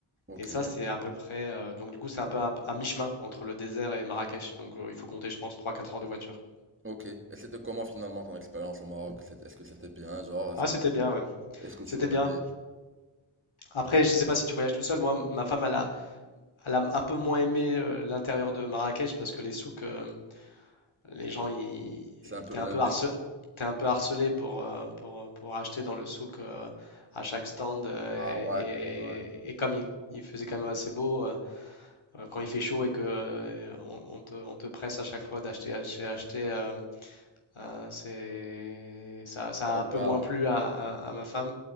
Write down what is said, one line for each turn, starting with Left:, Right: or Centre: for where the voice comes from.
Right: Ok.
Left: Et ça, c'est à peu près, euh, donc du coup, c'est un peu à, à mi-chemin entre le désert et Marrakech. Donc euh, il faut compter, je pense, trois, quatre heures de voiture.
Right: Ok. Et c'était comment finalement ton expérience au Maroc? C'est- Est-ce que c'était bien, genre, est-ce
Left: Ah,
Right: que
Left: c'était bien, ouais.
Right: est-ce que tu
Left: C'était
Right: aurais
Left: bien.
Right: des...
Left: Après, je sais pas si tu voyages tout seul. Moi, ma femme, elle a, elle a un peu moins aimé euh, l'intérieur de Marrakech parce que les souks, euh, les gens, ils,
Right: C'est
Left: ils-
Right: un peu
Left: t'es
Right: blindé.
Left: un peu harcelé, t'es un peu harcelé pour, euh, pour, pour acheter dans le souk euh, à chaque stand. euh,
Right: Ah ouais.
Left: et,
Right: Ouais.
Left: et comme il, il faisait quand même assez beau, euh, euh, quand il fait chaud et que euh, on, on te, on te presse à chaque fois d'acheter, acheter, acheter, euh, euh, c'est, ça, ça
Right: Pas
Left: a
Right: agréable.
Left: un peu moins plu à, à- à ma femme.